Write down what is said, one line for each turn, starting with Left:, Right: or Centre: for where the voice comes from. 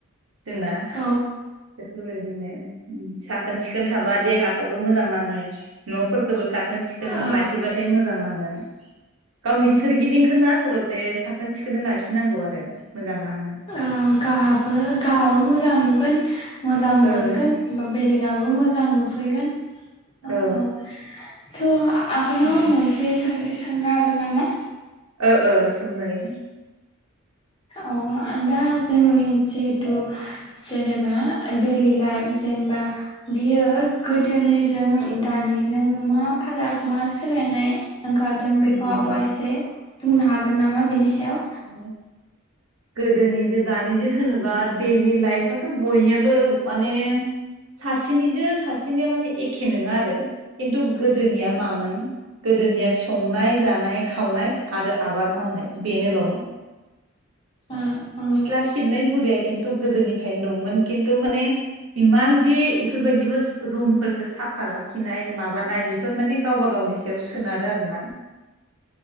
Right: जोंना
Left: औ औ
Right: बेफोरबायदि बिदिनो उम साखोन सिखोन थाबा देहाखौबो मोजां नाङो न'फोरखौबो साखोन खोन सिखोन
Left: औ
Right: ला जि बाथाय मोजां नाङो। गावनि सोरगिदिंखोनो आसलथे साखोन सिखोनै लाखिनांगौ आरो। मोजां नाङो
Left: ओ गाहाबो गाहाबो मोजां नुगोन। मोजां
Right: ओं
Left: मोनगोन बा बेलेग दाबो मोजां नुफैगोन।
Right: औ
Left: अ अ थ' आबनाव
Right: ओं
Left: मोनसे सोंथि सोंनि थांनो हागोन नामा?
Right: ओ ओ सोंजायो।
Left: ओ दा जोंनि जिहेथु जेनेबा दैलि लाइफ जेनेबा बियो गोदोनिजों दानिजों मा फाराग मा सोलायनाय ओंखारदों बेखौ
Right: उम
Left: आब'आ एसे बुंनो हागोन नामा बेनि सायाव
Right: उम गोदोनिजों दानिजों होनोबा दैलि लाइफआथ' बयनियाबो माने सासेनिजो सासेनिया माने एखे नङा आरो खिन्थु गोदोनिया मामोन। गोदोनिया सम संनाय जानाय खावनाय आरो आबाद मावनाय बेनोल'। <inaudible> सिथ्ला
Left: उम
Right: सिबनाय हुरियै खिन्थु गोदोनिफ्रायनो दंमोन खिन्थु माने इमान जे इफोरबायाददिबो रुमफोरखौ साफा लाखिनाय माबानाय बेफोर माने गावबा गावनि सायाव सोनारो आरो ना।